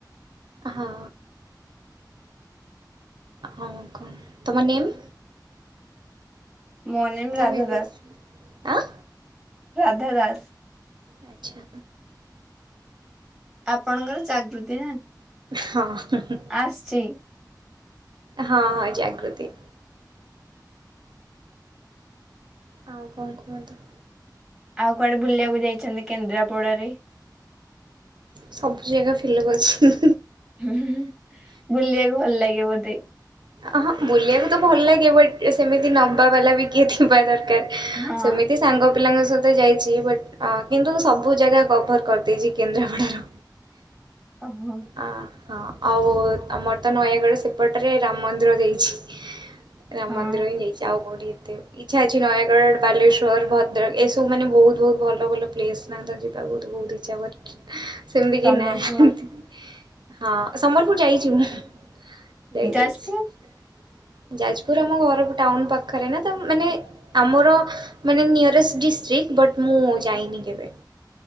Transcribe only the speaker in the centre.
ମୋ ନେମ୍ ରାଧା
ଦାସ
ରାଧା ଦାସ।
ଆପଣଙ୍କର ଜାଗୃତି ନା
ଆସଛି।
ଆଉ କୁଆଡେ ବୁଲିବାକୁ ଯାଇଛନ୍ତି କେନ୍ଦ୍ରାପଡାରେ?
ହୁଁ ହୁଁ ବୁଲିବାକୁ ଭଲ ଲାଗେ ବୋଧେ?
ହଁ
ଓହୋ।
ହଁ
ସମ୍ବଲପୁର
ଯାଜପୁର